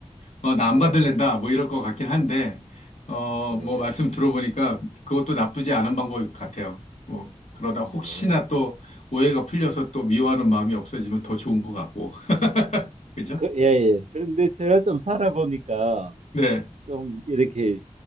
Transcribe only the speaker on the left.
어, 나
안 받을랜다, 뭐 이럴 것 같긴 한데, 어, 뭐
말씀 들어보니까 그것도 나쁘지 않은 방법 같아요. 뭐, 그러다
혹시나 또 오해가 풀려서 또 미워하는 마음이 없어지면 더 좋은 것 같고, <laughs> 그죠?
네.